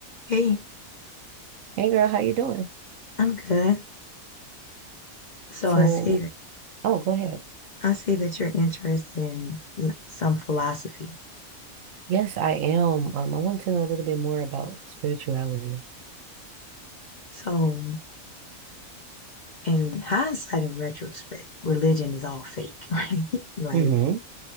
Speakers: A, on the left; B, on the right.
A: Hey,
B: Hey girl, how you doing?
A: I'm good. So
B: So,
A: I see that
B: oh, go ahead.
A: I see that you're interested in some philosophy.
B: Yes, I am. Um, I want to know a little bit more about spirituality.
A: So in hindsight and retrospect, religion is all fake, <laughs> right? Like
B: Mm-hmm.